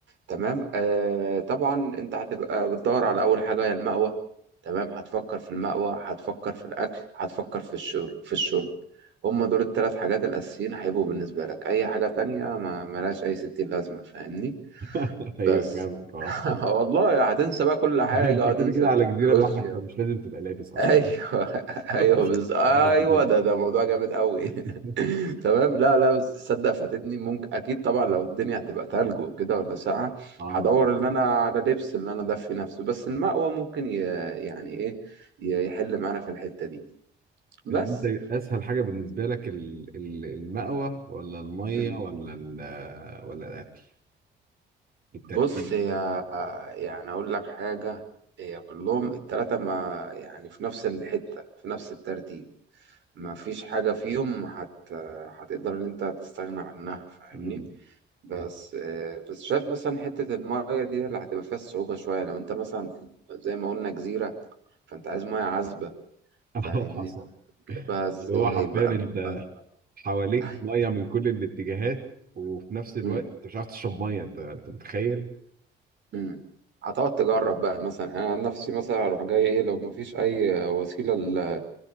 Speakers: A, on the right (about 70°); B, on the right (about 50°).
A: تمام آه طبعا انت هتبقى بتدور على اول حاجه هي المأوى تمام هتفكر في المأوى هتفكر في الاكل هتفكر في الشرب في الشرب هما دول الثلاث حاجات الاساسيين هيبقوا بالنسبه لك اي حاجه تانية ما ملهاش اي ستين لازمه فاهمني
B: <laughs>
A: بس
B: ايوه فاهمك آه.
A: <laughs> والله هتنسى بقى كل حاجة
B: <laughs> انت
A: هتنسى
B: كده كده
A: التكنولوجيا
B: على جزيره لوحدك فمش لازم تبقى لابس اصلا
A: ايوه <laughs> ايوه
B: <laughs>
A: بز... ايوه
B: حقيقة دي جدي
A: ده ده موضوع جامد قوي
B: <laughs>
A: <laughs> تمام لا لا بس تصدق فاتتني ممكن اكيد طبعا لو الدنيا هتبقى تلج وكده ولا ساقعه
B: اه
A: هدور ان انا على لبس اللي انا دفي نفسه بس المأوى ممكن ي... يعني ايه ي- يحل معانا في الحتة دي بس
B: يعني انت اسهل حاجه بالنسبه لك ال- ال- المأوى ولا الميه
A: مم.
B: ولا ال- ولا الاكل الترتيب
A: بص يا يعني اقول لك حاجة هي كلهم التلاتة ما يعني في نفس الحتة في نفس الترتيب ما فيش حاجة فيهم هت... هتقدر ان انت تستغنى عنها فاهمني
B: امم
A: بس آه، بس شايف مثلا حتة المية دي اللي هتبقى فيها الصعوبة شوية لو انت مثلا في- زي ما قلنا جزيرة فانت عايز مية عذبة
B: اه
A: فاهمني
B: <laughs> حصل
A: تجيبها ازاي
B: اللي هو حرفيا
A: بقى
B: انت
A: من عذبة
B: حواليك
A: <laughs>
B: ميه من كل الاتجاهات وفي نفس الوقت
A: مم،
B: انت مش عارف تشرب ميه انت انت متخيل
A: مم. هتقعد تجرب بقى مثلا انا عن نفسي مثلا اروح جاي ايه لو مفيش اي وسيلة لل-